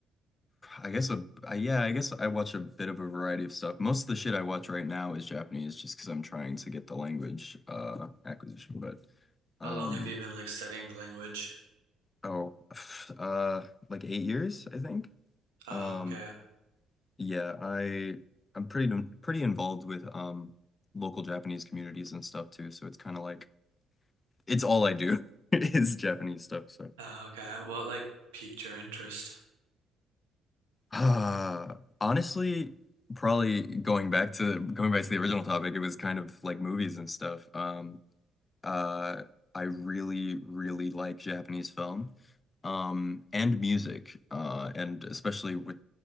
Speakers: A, on the left (about 35°); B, on the right (about 80°).
A: I guess a I, yeah I guess I watch a bit of a variety of stuff. Most of the shit I watch right now is Japanese just because I'm trying to get the language uh acquisition but um
B: How long have you been like studying the language?
A: Oh, uh, like eight years, I think.
B: Oh,
A: Um,
B: okay.
A: yeah, I I'm pretty pretty involved with um local Japanese communities and stuff too. So it's kind of like it's all I do <laughs> is Japanese stuff. So
B: Oh, okay. What like piqued your interest?
A: uh, honestly, probably going back to going back to the original topic, it was kind of like movies and stuff. Um, Uh, I really, really like Japanese film, um, and music, uh, and especially with